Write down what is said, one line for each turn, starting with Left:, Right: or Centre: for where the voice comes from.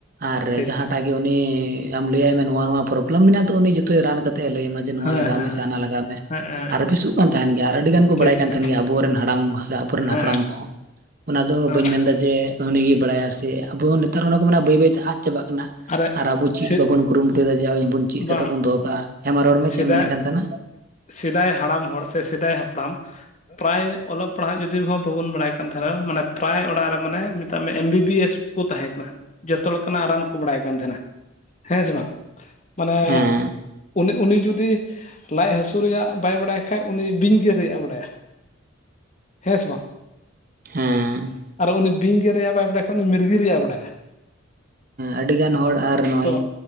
Right: ᱟᱨ
Left: ᱴᱷᱤᱠ
Right: ᱡᱟᱦᱟᱸ ᱟᱜᱮ ᱩᱱᱤ ᱟᱢ ᱞᱟᱹᱭᱟᱭ ᱢᱮ ᱱᱚᱣᱟ ᱱᱚᱣᱟ ᱯᱨᱳᱚᱵᱞᱮᱢ ᱢᱮᱱᱟᱜ ᱛᱚ ᱩᱱᱤ ᱡᱚᱛᱚᱭ ᱨᱟᱱ ᱠᱟᱛᱮ ᱮ ᱞᱟᱹᱭᱟᱢᱟ᱾ ᱡᱮ ᱱᱚᱣᱟ
Left: ᱦᱮᱸ
Right: ᱞᱟᱜᱟᱣ
Left: ᱦᱮᱸ
Right: ᱢᱮ ᱥᱮ ᱦᱟᱱᱟ ᱞᱟᱜᱟᱣ ᱢᱮ
Left: ᱦᱮᱸ
Right: ᱟᱨ ᱵᱮᱥᱚᱜ ᱠᱟᱱ ᱛᱟᱦᱮᱱ ᱜᱮᱭᱟ ᱟᱨ ᱟᱹᱰᱤᱜᱟᱱ ᱠᱚ
Left: ᱴᱷᱤᱠ
Right: ᱵᱟᱲᱟᱭ ᱠᱟᱱ
Left: ᱴᱷᱤᱠ
Right: ᱛᱟᱦᱮᱱ ᱜᱮᱭᱟ ᱟᱵᱚᱨᱮᱱ ᱦᱟᱲᱟᱢ ᱥᱮ ᱟᱵᱚᱨᱮᱱ
Left: ᱦᱮᱸ
Right: ᱦᱟᱯᱲᱟᱢ ᱠᱚᱦᱚᱸ ᱚᱱᱟ ᱫᱚ
Left: ᱦᱮᱸ
Right: ᱵᱟᱹᱧ ᱢᱮᱱᱫᱟ ᱡᱮ ᱩᱱᱤ ᱜᱮᱭ ᱵᱟᱲᱟᱭᱟ ᱥᱮ ᱟᱵᱚ ᱦᱚᱸ ᱱᱮᱛᱟᱨ ᱚᱱᱟ ᱠᱚ ᱢᱮᱱᱟ ᱵᱟᱹᱭ ᱵᱟᱹᱭ ᱛᱮ ᱟᱫ ᱪᱟᱵᱟᱜ ᱠᱟᱱᱟ
Left: ᱟᱨᱮ
Right: ᱟᱨ ᱟᱵᱚ ᱪᱮᱫ
Left: ᱥᱮᱫ
Right: ᱵᱟᱵᱚᱱ ᱩᱨᱩᱢ ᱠᱮᱫᱟᱭ ᱡᱮ ᱟᱵᱚᱱ ᱪᱮᱫ ᱠᱟᱛᱮ
Left: ᱵᱟᱝ
Right: ᱵᱚᱱ ᱫᱚᱦᱚ ᱠᱟᱜᱼᱟ ᱦᱮ ᱢᱟ ᱨᱚᱲ ᱢᱮ
Left: ᱥᱮᱫᱟᱭ
Right: ᱪᱮᱫ ᱮᱢ ᱢᱮᱱᱮᱫ ᱠᱟᱱ ᱛᱟᱦᱮᱱᱟ
Left: ᱥᱮᱫᱟᱭ ᱦᱟᱲᱟᱢ ᱦᱚᱲ ᱥᱮ ᱥᱮᱫᱟᱭ ᱦᱟᱯᱲᱟᱢ ᱯᱨᱟᱭ ᱚᱞᱚᱜ ᱯᱟᱲᱦᱟᱜ ᱡᱩᱫᱤ ᱦᱚᱸ ᱵᱟᱵᱚᱱ ᱵᱟᱲᱟᱭ ᱠᱟᱱ ᱛᱟᱦᱮᱱᱟ ᱢᱟᱱᱮ ᱯᱨᱟᱭ ᱚᱲᱟᱜ ᱨᱮ ᱢᱟᱱᱮ ᱢᱮᱛᱟᱜ ᱢᱮ ᱮᱢ ᱵᱤ ᱵᱤ ᱮᱥ ᱠᱚ ᱛᱟᱦᱮᱸ ᱠᱟᱱᱟ ᱡᱚᱛᱚ ᱞᱮᱠᱟᱱᱟᱜ ᱨᱟᱱ ᱠᱚ ᱵᱟᱲᱟᱭ ᱠᱟᱱ ᱛᱟᱦᱮᱱᱟ ᱦᱮᱸ ᱥᱮ ᱵᱟᱝ ᱢᱟᱱᱮ
Right: ᱦᱮᱸ
Left: ᱩᱱᱤ ᱩᱱᱤ ᱡᱩᱫᱤ ᱞᱟᱡ ᱦᱟᱹᱥᱩ ᱨᱮᱭᱟᱜ ᱵᱟᱭ ᱵᱟᱲᱟᱭ ᱠᱷᱟᱡ ᱩᱱᱤ ᱵᱤᱧ ᱜᱮᱨ ᱨᱮᱭᱟᱜᱼ ᱮ ᱵᱟᱲᱟᱭᱟ᱾ ᱦᱮᱸ ᱥᱮ ᱵᱟᱝ?
Right: ᱦᱮᱸ
Left: ᱟᱨ ᱩᱱᱤ ᱵᱤᱧ ᱜᱮᱨ ᱨᱮᱭᱟᱜ ᱵᱟᱭ ᱵᱟᱲᱟᱭ ᱠᱷᱟᱡ ᱩᱱᱤ ᱢᱤᱨᱜᱤ ᱨᱮᱭᱟᱜ ᱮ ᱵᱟᱲᱟᱭᱟ
Right: ᱟᱹᱰᱤᱜᱟᱱ ᱦᱚᱲ ᱟᱨ ᱱᱚᱜᱼᱚᱭ
Left: ᱛᱚ